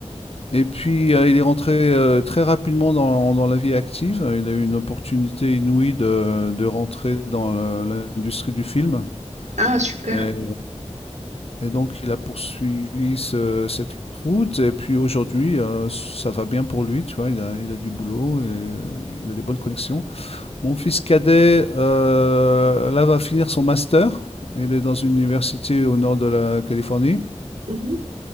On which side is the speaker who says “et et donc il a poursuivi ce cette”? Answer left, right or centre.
Left